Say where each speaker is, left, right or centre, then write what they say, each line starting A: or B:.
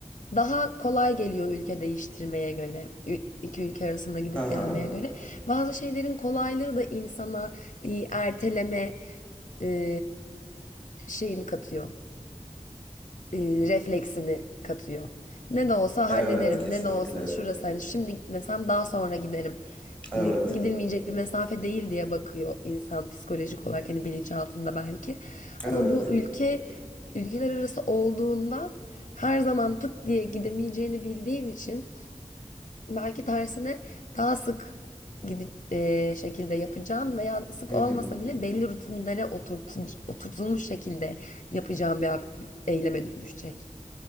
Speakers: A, on the left; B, in the centre.
A: daha kolay geliyor ülke değiştirmeye göre. ü- iki ülke arasında gidip
B: Hı hı.
A: gelmeye göre. Bazı şeylerin kolaylığı da insana e, erteleme e, şeyini katıyor e, refleksini katıyor. Ne de olsa
B: Evet,
A: hallederim.
B: kesinlikle.
A: Ne de olsa şurası hani şimdi gitmesem daha sonra giderim.
B: Evet.
A: Hani gidilmeyecek bir mesafe değil diye bakıyor insan psikolojik olarak hani bilinçaltında belki.
B: Evet.
A: Ama bu ülke ülkeler arası olduğunda her zaman pıt diye gidemeyeceğini bildiğin için belki tersine daha sık gidi, e, şekilde yapacağın veya sık
B: Hı
A: olmasa
B: hı.
A: bile belli rutinlere oturtun- oturtulmuş şekilde yapacağın bir aktif eyleme dönüşecek.